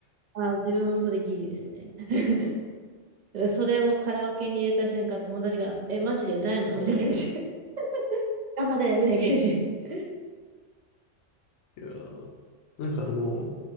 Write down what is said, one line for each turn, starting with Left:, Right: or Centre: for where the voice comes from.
Right: あー自分もそれギリですね。<laughs> それをカラオケに入れた瞬間、友達が、え、マジで歌えんのみたいな感じで。<laughs> 頑張れみたいな感じで。
Left: いやーなんかあの、